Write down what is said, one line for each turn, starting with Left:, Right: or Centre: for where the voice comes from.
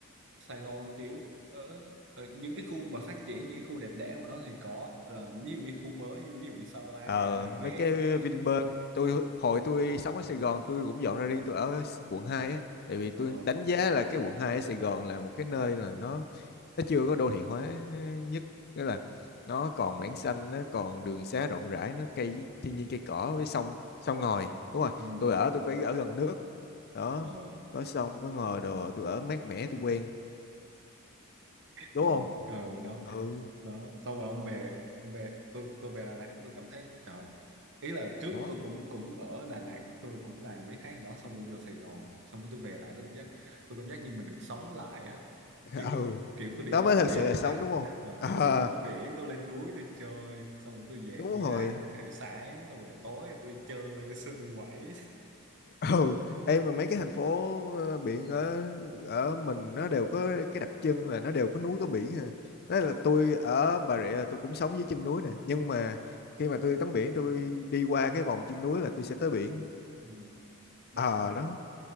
Right: Sài Gòn kiểu ở, ở những cái khu mà phát triển những cái khu đẹp đẽ của nó thì có là ví dụ như khu mới ví dụ như Sa la
Left: ờ
Right: rồi mấy
Left: mấy
Right: cái,
Left: cái Vinpearl
Right: cái
Left: tôi
Right: ờ
Left: hồi tôi sống ở Sài Gòn tôi cũng dọn ra riêng tôi ở quận 2 á tại vì tôi
Right: ờ,
Left: đánh giá là cái quận 2 ở Sài Gòn là một cái nơi là nó nó chưa có đô thị hóa nhất nghĩa là nó còn mảng xanh nó còn đường xá rộng rãi nó cây thiên nhiên cây cỏ với sông sông ngòi đúng rồi
Right: ừ,
Left: tôi ở tôi phải ở gần nước đó
Right: ờ
Left: có sông có ngòi đồ tôi ở mát mẻ tôi quen đúng
Right: ờ
Left: không
Right: ờ, đó
Left: ừ
Right: đó xong rồi ông về ông về tôi tôi về Đà Nẵng tôi cảm thấy trời ý là trước
Left: đó
Right: tôi cũng cũng ở Đà Nẵng tôi cũng làm mấy tháng ở đó xong rồi vô Sài Gòn xong rồi tôi về lại tôi cảm giác tôi cảm giác như mình được sống lại á
Left: <laughs>
Right: kiểu
Left: ừ
Right: kiểu
Left: đó
Right: tôi đi tắm
Left: mới thật
Right: bể
Left: sự là sống đúng
Right: <laughs>
Left: không
Right: ờ,
Left: à,
Right: kiểu tôi đi tắm biển tôi lên núi tôi chơi xong rồi tôi về
Left: đúng
Right: tôi
Left: rồi
Right: ăn hải sản xong rồi tối tôi đi chơi <laughs> xong rồi tôi quẩy
Left: <laughs> ừ em mà mấy cái thành phố ờ, biển ở ở mình nó đều có cái đặc trưng là nó đều có núi có biển à đó là tôi ở Bà Rịa là tôi cũng sống dưới chân núi này nhưng mà khi mà tôi tắm biển tôi đi qua cái vòng chân núi là tôi sẽ tới biển
Right: <laughs> ừ. đó
Left: ờ đó